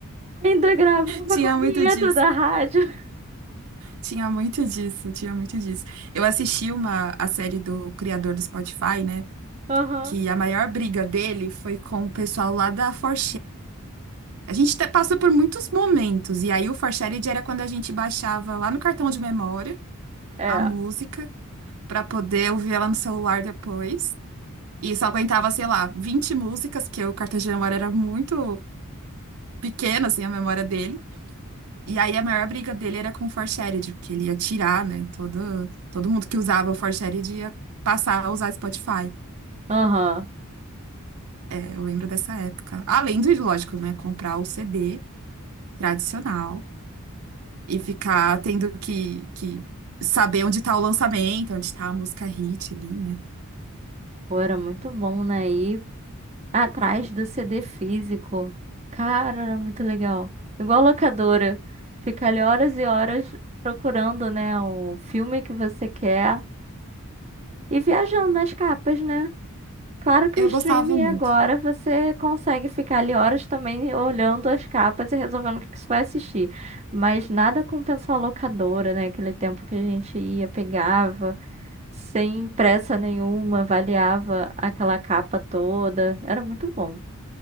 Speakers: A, on the right; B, on the right.
A: Ainda gravava
B: Tinha
A: com a
B: muito
A: vinheta
B: disso.
A: da rádio. <laughs>
B: Tinha muito disso, tinha muito disso. Eu assisti uma a série do criador do Spotify, né?
A: Aham.
B: Que a maior briga dele foi com o pessoal lá da 4 A gente tá- passou por muitos momentos, e aí o 4 era quando a gente baixava lá no cartão de memória
A: É.
B: a música pra poder ouvir ela no celular depois. E só aguentava, sei lá, 20 músicas, porque o cartão de memória era muito pequeno, assim, a memória dele. E aí a maior briga dele era com o Forshared, porque ele ia tirar, né? Todo, todo mundo que usava o Forshared ia passar a usar Spotify.
A: Aham.
B: É, eu lembro dessa época. Além do lógico, né? Comprar o CD tradicional e ficar tendo que, que saber onde tá o lançamento, onde tá a música hit ali, né?
A: Pô, era muito bom, né? E atrás do CD físico. Cara, era muito legal. Igual locadora. Fica ali horas e horas procurando, né, o filme que você quer e viajando nas capas, né? Claro que
B: Eu
A: o streaming
B: gostava muito.
A: agora você consegue ficar ali horas também olhando as capas e resolvendo o que que você vai assistir. Mas nada compensa a locadora, né? Aquele tempo que a gente ia, pegava, sem pressa nenhuma, avaliava aquela capa toda. Era muito bom.